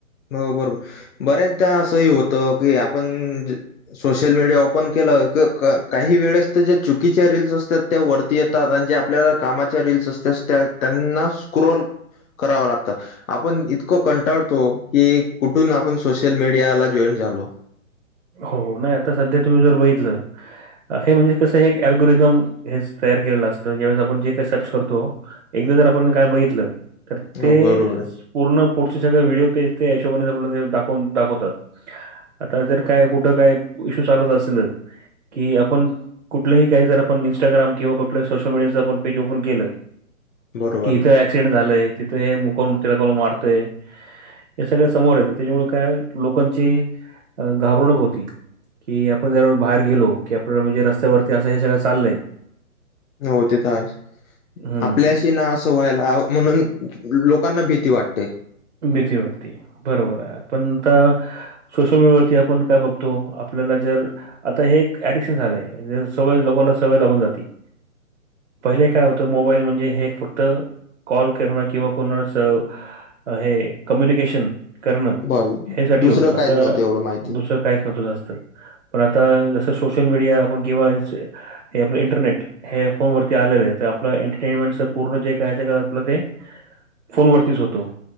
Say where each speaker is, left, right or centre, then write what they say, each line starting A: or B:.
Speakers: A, on the left; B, on the right.
A: हो बरोर बऱ्याचदा असंही होतं की आपण सोशल मीडिया ओपन केलं काही वेळेस तर ज्या चुकीच्या रीलस असतात त्या वरती येतात आणि जे आपल्या कामाच्या रीलस असत त्यांना स्क्रोल करावं लागतं आपण इतकं कंटाळतो कि कुठून आपण सोशल मीडिया ला जॉईन झालो.
B: हो नाही आता सध्या तुम्ही जर बघितलं हे बग हे कसय एक अल्गोरिदम हेच तयार केलेलं असतं ज्यावेळेस आपण जे काही सर्च करतो एकदा जर आपण काय बागितल तर ते
A: हो बरोबर आहे
B: पूर्ण पुढचे सगळे व्हिडिओ त्या हिशोबाने जमन ते दाखवून दाखवतात आता जर काय कुठं काय इशू चालत असल की आपण कुठलंही काही जर आपण इन्स्टाग्राम किंवा कुठलं सोशल मिडीयाचं आपन पेज ओपन केल
A: बरोबर
B: कि इथं ऍक्सिडेंट झालय तिथं हे मुकून मु तिला करून मारतंय. हे सगळं समोर येतं त्याच्यामुळे काय लोकांची घाबरणूक होती की आपण जर बाहेर गेलो की आपल्याला म्हणजे रस्त्यावरती असं हे जे काय सगळं चाललय
A: हो ते तर हाय
B: हं,
A: आपल्याशी ना अश व्हायला म्हणून लोकांना भीती वाटते.
B: भीती वाटती बरोबर आहे आपण आता सोशल यावरती आपण काय बघतो आपल्याला जर आता हे एक ऍडिक्शन झालंय म्हणजे सवय लोकांना सवय लागून जाती पहिले काय होतं मोबाईल म्हणजे हे एक फक्त कॉल करण किंवा कुणाचं हे कम्युनिकेशन करणं
A: बस
B: हेसाठी
A: दुसरं
B: होतं
A: काहीच
B: आता
A: नव्हतं एवढं माहिती
B: दुसरं काहीच नव्हतं जास्त. पण आता जसं सोशल मीडिया आपण किंवा इ ज हे आपलं इंटरनेट हे फोन वरती आलेलं आहे तर आपलं एंटरटेनमेंटच पूर्ण जे कायच आपलं ते फोन वरतीच होतं.